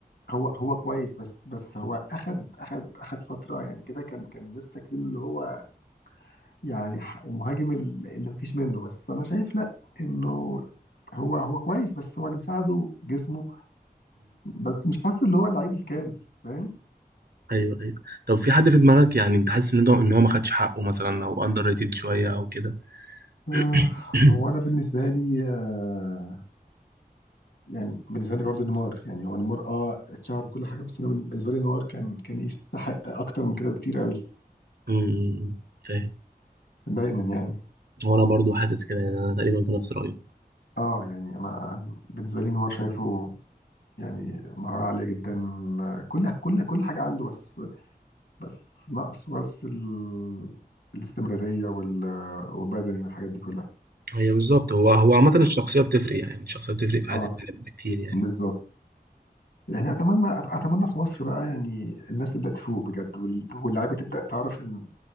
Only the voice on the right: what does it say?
ايوه ايوه طب في حد في دماغك يعني انت حاسس ان ده ان هو ما خدش حقه مثلا او اندر ريتد شويه او كده
<clears throat>
أمم، أمم، فاهم
وانا برضو حاسس كده يعني انا تقريبا في نفس رايي
هي بالظبط هو هو عامه الشخصيه بتفرق يعني الشخصيه بتفرق في حياه
الواحد كتير يعني